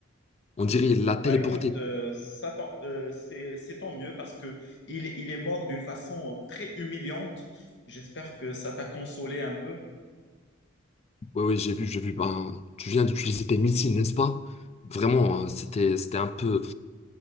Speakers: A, on the left; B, on the left.
A: On dirait il l'a téléporté.
B: Bah écoute, euh, ça tant- euh, c'est, c'est tant mieux parce que il, il est mort d'une façon euh, très humiliante. J'espère que ça t'a consolé un peu.
A: Ouais, ouais, j'ai vu, j'ai vu. Ben, tu viens d'utiliser tes missiles, n'est-ce pas? Vraiment, hein, c'était, c'était un peu,